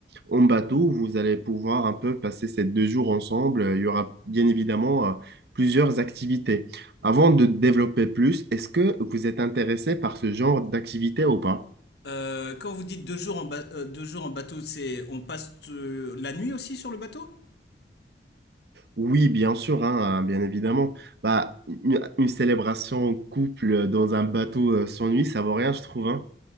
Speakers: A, on the right; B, on the left.
A: en bateau où vous allez pouvoir un peu passer ces deux jours ensemble. Il y aura bien évidemment euh, plusieurs activités. Avant de développer plus, est-ce que vous êtes intéressé par ce genre d'activité ou pas?
B: Euh, quand vous dites deux jours en, ba- euh, deux jours en bateau, c'est on passe euh, la nuit aussi sur le bateau?
A: Oui, bien sûr, hein, bien évidemment. Bah, une, une célébration en couple dans un bateau euh, sans nuit, ça vaut rien, je trouve. hein.